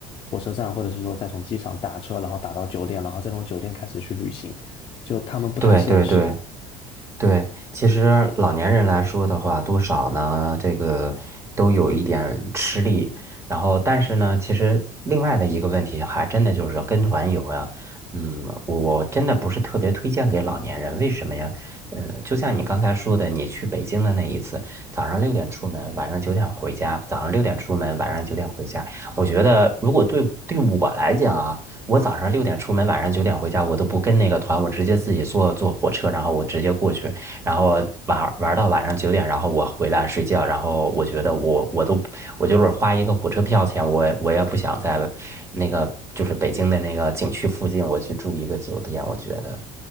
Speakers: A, on the left; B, on the right.
A: 火车站或者是说再从机场打车，然后打到酒店，然后再从酒店开始去旅行，就他们不太现实。
B: 对对对。对，其实老年人来说的话，多少呢，这个都有一点吃力。然后，但是呢，其实另外的一个问题，还真的就是跟团游呀。嗯，我真的不是特别推荐给老年人，为什么呀？呃，就像你刚才说的，你去北京的那一次，早上六点出门，晚上九点回家；早上六点出门，晚上九点回家。我觉得，如果对对我来讲啊。我早上六点出门，晚上九点回家，我都不跟那个团，我直接自己坐坐火车，然后我直接过去，然后玩玩到晚上九点，然后我回来睡觉，然后我觉得我我都我就是花一个火车票钱，我也我也不想在那个就是北京的那个景区附近，我去住一个酒店，我觉得，